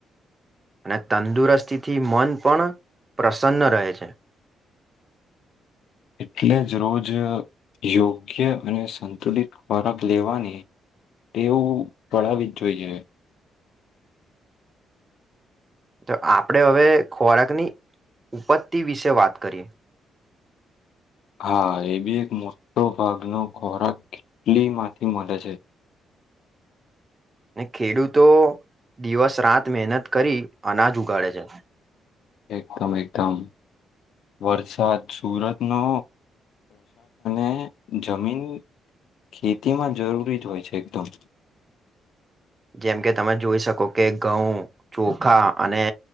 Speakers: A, on the right; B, on the left.
A: અને તંદુરસ્તીથી મન પણ પ્રસન્ન રહે છે.
B: એટલે જ રોજ યોગ્ય અને સંતુલિત ખોરાક લેવાની ટેવ પડાવવી જ જોઈએ.
A: તો આપણે હવે ખોરાકની ઉપત્તિ વિશે વાત કરીએ.
B: હા એ બી એક મોટો ભાગ નો ખોરાક કેટલી માંથી એ માટે છે.
A: ને ખેડૂતો દિવસ રાત મહેનત કરી અનાજ ઉગાડે છે.
B: એકદમ એકદમ વરસાદ સુરત નો <unintelligible> જમીન ખેતીમાં જરૂરી જ હોય છે એકદમ.
A: જેમ કે તમે જોઈ શકો કે ઘઉં ચોખા અને